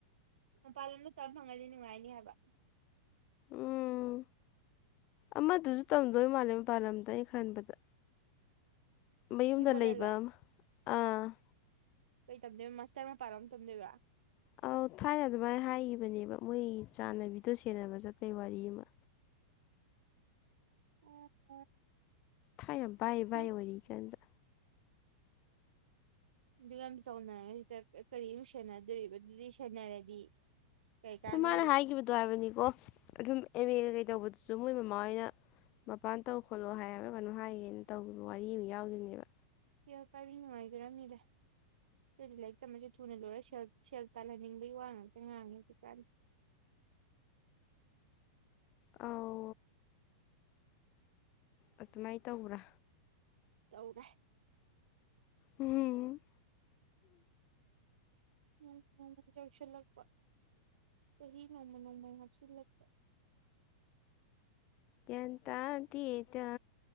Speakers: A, on the right; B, on the left.
A: ꯃꯄꯥꯟ ꯂꯣꯝꯗ ꯇꯝ ꯐꯪꯉꯗꯤ ꯅꯨꯡꯉꯥꯏꯅꯤ ꯍꯥꯏꯕ
B: ꯎꯝ ꯑꯃꯗꯨꯁꯨ ꯇꯝꯗꯣꯏ ꯃꯥꯜꯂꯦ ꯃꯄꯥꯟ ꯂꯝꯗ ꯑꯩꯅ ꯈꯟꯕꯗ ꯃꯌꯨꯝꯗ
A: ꯅꯦꯄꯣꯂꯦꯜꯂꯣ
B: ꯂꯩꯕ ꯑꯥꯃ
A: ꯀꯩ ꯇꯝꯗꯣꯏꯕ ꯃꯥꯁꯇꯔ ꯃꯄꯥꯟꯔꯣꯝ ꯇꯝꯗꯣꯏꯕ
B: ꯑꯧ ꯊꯥꯏꯅ ꯑꯗꯨꯃꯥꯏꯅ ꯍꯥꯏꯈꯤꯕꯅꯦꯕ ꯃꯣꯏ ꯆꯥꯟꯅꯕꯤꯗꯣ ꯁꯦꯟꯅꯕ ꯆꯠꯄꯒꯤ ꯋꯥꯔꯤ ꯑꯃ
A: ꯑꯣ
B: ꯊꯥꯏꯅꯥ ꯕꯥꯏ
A: ꯍꯨꯝ
B: ꯕꯥꯥꯏ ꯥꯑꯣꯏꯔꯤꯒꯥꯟꯗ
A: ꯑꯗꯨ ꯌꯥꯝ ꯆꯥꯎꯅ ꯍꯦꯗ ꯀꯔꯤ ꯑꯃꯣꯛꯅ ꯁꯦꯟꯅꯗꯣꯔꯤꯕ ꯑꯗꯨꯗꯤ ꯁꯦꯟꯅꯔꯗꯤ ꯀꯩ ꯀꯥꯟꯅꯔꯤꯕ
B: ꯁꯨꯝ ꯃꯥꯅ ꯍꯥꯏꯈꯤꯕꯗꯣ ꯍꯥꯏꯕꯅꯤꯀꯣ ꯑꯗꯨꯝ ꯑꯦꯝ ꯃꯦ ꯀꯩ ꯇꯧꯕꯗ ꯁꯨꯝ ꯃꯣꯏ ꯃꯃꯥ ꯍꯣꯏꯅ ꯃꯄꯥꯟ ꯇꯧ ꯈꯣꯠꯂꯣ ꯍꯥꯏꯕ꯭ꯔꯥ ꯀꯩꯅꯣ ꯍꯥꯒꯤꯒꯨꯝ ꯇꯧꯈꯤꯕ ꯋꯥꯔꯤ ꯑꯃ ꯌꯥꯎꯈꯤꯕꯅꯦꯕ
A: ꯇꯤꯌꯥ ꯄꯥꯏꯕꯤꯅ ꯍꯥꯏ ꯔꯅꯤꯔ <unintelligible> ꯑꯗꯨꯗꯤ ꯂꯥꯏꯔꯤꯛꯝꯇꯝꯕꯁꯤ ꯊꯨꯅ ꯂꯣꯏꯔꯒ ꯁꯦꯜ ꯇꯥꯜꯍꯟꯅꯤꯡꯕꯒꯤ ꯋꯥ ꯉꯥꯛꯇ ꯉꯥꯡꯉꯦ ꯍꯧꯖꯤꯛꯀꯥꯟꯗꯤ
B: ꯑ ꯑꯗꯨꯃꯥꯏꯅ ꯇꯧꯕ꯭ꯔꯥ
A: ꯇꯧꯔꯦ
B: ꯎꯝ
A: ꯅ ꯅꯣꯡꯃꯩ ꯆꯥꯎꯁꯤꯜꯂꯛꯄ ꯆꯍꯤ ꯅꯣꯡꯃ ꯅꯣꯡꯃ ꯍꯥꯞꯆꯤꯜꯂꯛꯄ
B: ꯒ꯭ꯌꯥꯟ ꯇꯥꯗꯦ ꯗꯥ